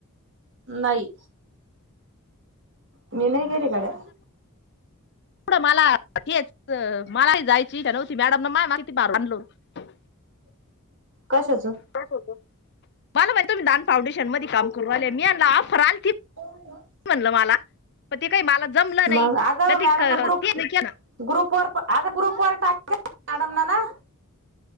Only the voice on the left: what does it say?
एवढं मला हेच, मलाही जायची इच्छा नव्हती मॅडम ना माय माग त बांर <unintelligible> आणलं होतं.
कशाच? माल म्हणे तुम्ही दान फाउंडेशन मध्ये काम करू रायले, मी यानला ऑफर आलती
म्हणलं मला पण ते काही मला जमलं
नाही
ते
ना